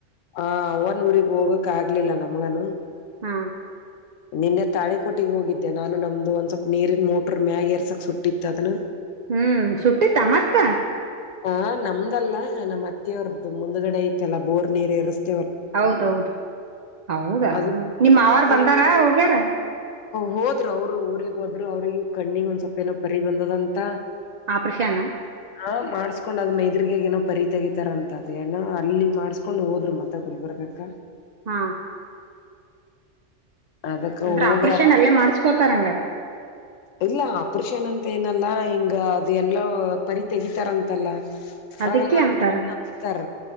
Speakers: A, on the left (about 75°); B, on the right (about 45°).
A: ಆ ಅವನ್ ಊರಿಗೆ ಹೋಗಕ್ ಆಗ್ಲಿಲ್ಲ ನಮ್ಗನು.
B: ಹಾ
A: ನಿನ್ನೆ ತಾಳಿ ಕೊಟ್ಟಿಗೆ ಹೋಗಿದ್ದೆ ನಾನು ನಮ್ದು ಒಂದ್ ಸ್ವಲ್ಪ ನೀರಿನ ಮೋಟ್ರರ್ ಮ್ಯಾಗ ಎರ್ಸಕ್ ಸುಟ್ಟಿತ್ತ ಅದನ
B: ಹ್ಮ್ ಸುಟ್ಟಿ ತ ಮತ
A: ಹ ನಮ್ದಲ್ಲ ನಮ್ಮ್ ಅತ್ತೆಯವರದ್ದ ಮುಂದ್ಗಡೆ ಐತೆಲ್ಲಾ ಬೋರ್ ನೀರ್ ಇರಿಸತ
B: ಹೌದೌದು ಹೌದಾ
A: ಅದು ಹೋಗಿದ್ವಿ
B: ನಿಮ್ಮ ಅವಾರ್
A: ಅದು
B: ಬಂದಾರಾ ಹೋಗ್ಯಾರ
A: ಹೋದ್ರು ಅವ್ರು ಊರಿರಿಗೆ ಹೋದ್ರು ಅವ್ರಿಗೂ ಕಣ್ಣಿ ಒಂದ್ವೊಪ ಏನೋ ಪರಿ ಬಂದದಂತ
B: ಆ ಪ್ರಶಾನ
A: ಹಾ ಮಾಡ್ಸ್ಕೊಂಡ್ ಅದ್ ಮೈದ್ರಗ ಏನೋ ಪರಿ ತಗೀತಾರ ಅಂತ ಅದ ಏನ ಅಲ್ಲಿ ಮಾಡ್ಸ್ಕೊಂಡ್ ಹೋದ್ರು ಮತ್ತ ಗುಲ್ಬರ್ಗ ಕ್ಕ
B: ಹಾ
A: ಅದಕ್ಕ
B: ಅಂದ್ರ
A: ಹೋಗ್ಯಾರ
B: ಆಪರೇಷನ್ ಅಲ್ಲೇ ಮಾಡ್ಸ್ಕೊತಾರ ಹಂಗಾರ
A: ಇಲ್ಲ ಅಪರಿಷನ್ ಅಂತ ಮ ಏನಲ್ಲಾ ಹಿಂಗ ಅದು ಎಲ್ಲೋ ಪರಿ ತೆಗಿತಾರಂತಲ್ಲ
B: ಅದಕ್ಕೆ
A: ಅವ್ರ
B: ಅಂತಾರ
A: ನತಾರ